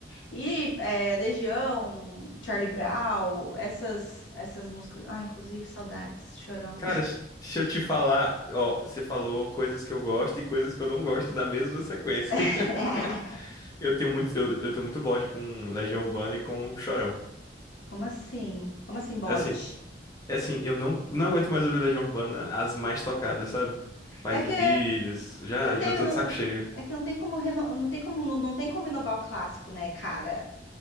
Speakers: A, on the left (about 90°); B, on the left (about 20°).
A: e é, Legião, Charlie Brown, essas, essas músicas. Ah, inclusive, saudades, chorão.
B: Cara, sh- deixa eu te falar, ó, você falou coisas que eu gosto e coisas que eu não gosto da mesma sequência.
A: <laughs>
B: <laughs> Eu tenho muito, eu, eu tenho muito bode com Legião Urbana e com o Chorão.
A: Como assim? Como assim, bode?
B: Assim, é assim, eu não, não aguento mais ouvir Legião Urbana as mais tocadas, sabe? Pais
A: É
B: e
A: que,
B: Filhos,
A: é
B: já,
A: que não tem.
B: já tô
A: não-
B: de saco cheio.
A: É que não tem como reno- não tem como não, não tem como inovar o clássico, né, cara?